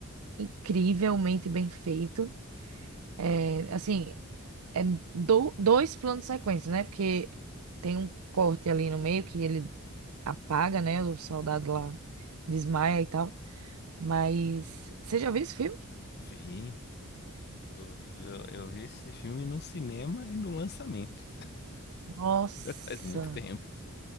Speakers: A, on the right; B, on the left.
A: incrivelmente bem feito. É, assim, é do- dois planos de sequência, né? Porque tem um corte ali no meio que ele apaga, né? O soldado lá desmaia e tal. Mas você já viu esse filme?
B: Vi. Eu, vi- eu, eu vi esse filme no cinema e no lançamento.
A: Nossa!
B: <laughs> Faz muito tempo.